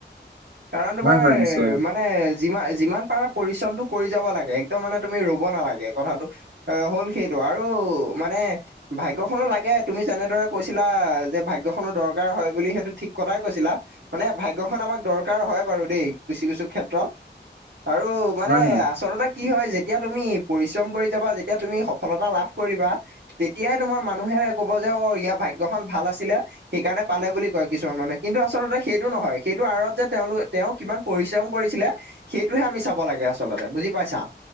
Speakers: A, on the right; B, on the right.
A: কাৰণ তোমাৰ
B: হয় হয়
A: মান
B: নিশ্চয় অ
A: মানে যিমান যিমান পাৰা পৰিশ্ৰমটো কৰি যাব লাগে একদম মানে তুমি ৰ'ব নালাগে কথাটো। অ হ'ল সেইটো আৰু মানে। ভাগ্যখনো লাগে তুমি যেনেদৰে কৈছিলা যে ভাগ্যখনো দৰকাৰ হয় বুলি সেইটো ঠিক কথাই কৈছিলা। মানে ভাগ্যখন আমাক, দৰকাৰ হয় বাৰু দেই কিছু কিছু ক্ষেত্ৰত আৰু মানে
B: হয় হয়
A: আচলতে কি হয় যে তিয়া তুমি পৰিশ্ৰম কৰি যাবা যেতিয়া তুমি সফলতা লাভ কৰিবা। তেতিয়াই তোমাৰ মানুহে ক'ব যে অ ইয়াৰ ভাগ্যখন ভাল আছিলে। সেইকাৰণে পালে বুলি কয় কিছুমান মানে কিন্তু আচলতে সেইটো নহয় সেইটো আঁৰত যে তেওঁলোক তেওঁ কিমান। পৰিশ্ৰম কৰিছিলে সেইটোহে আমি চাব লাগে আচলতে বুজি পাইছা।